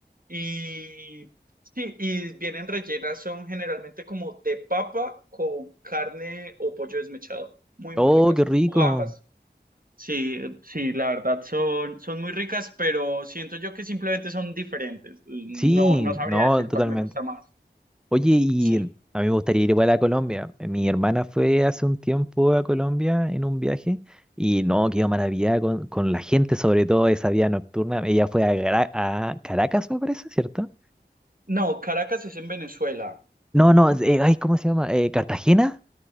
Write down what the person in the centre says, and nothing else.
Oh,
qué rico.
Sí,
no,
totalmente.
Oye, y
a mí me gustaría ir igual a Colombia. Mi hermana fue hace un tiempo a Colombia en un viaje y no, quedó maravillada con, con la gente, sobre todo esa vida nocturna. Ella fue a, Gra- a Caracas, me parece, ¿cierto?
No, no, eh, ay, ¿cómo se llama? Eh, ¿Cartagena?